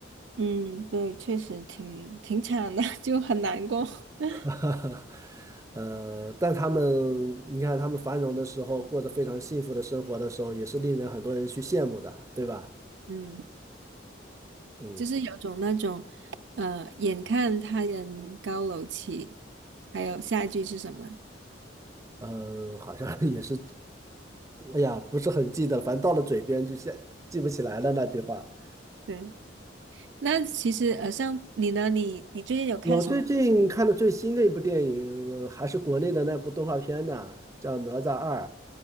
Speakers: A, on the right; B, on the right.
A: 嗯，对，确实挺挺惨的，<laughs> 就很难过。<laughs>
B: <laughs> 哈哈，呃，但他们，你看他们繁荣的时候，过着非常幸福的生活的时候，也是令人很多人去羡慕的，对吧？
A: 嗯，
B: 嗯，
A: 就是有种那种，呃，眼看他人高楼起，还有下一句是什么？
B: 呃，好像 <laughs> 也是，哎呀，不是很记得了，反正到了嘴边就现记不起来了那句话。
A: 对，那其实呃，像你呢，你你最近有看什么？
B: 我最近看的最新的一部电影，呃还是国内的那部动画片呢，叫《哪吒二》。